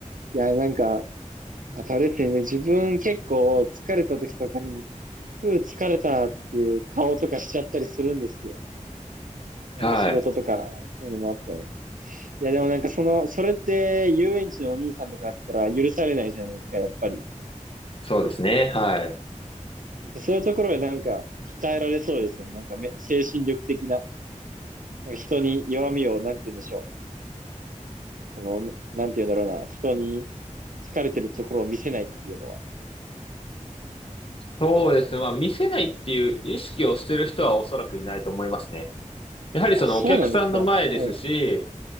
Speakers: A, on the right; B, on the left.
A: いや、なんか、あとあれですね、自分結構疲れた時とかに、ふう疲れたっていう顔とかしちゃったりするんですよ。なんか仕事とか、
B: はい。
A: そういうのもあっても。いや、でもなんかその、それって遊園地のお兄さんとかだったら許されないじゃないですか、やっぱり。
B: そうですね。はい。
A: そういうところでなんか鍛えられそうですね。なんかめ精神力的な、なんか人に弱みを、なんて言うんでしょう。この、なんて言うんだろうな、人に疲れてるところを見せないっていうのは。
B: そうですね。まあ、見せないっていう意識をしてる人はおそらくいないと思いますね。やはりそのお客さんの前ですし、
A: あ、そうなんですかはい。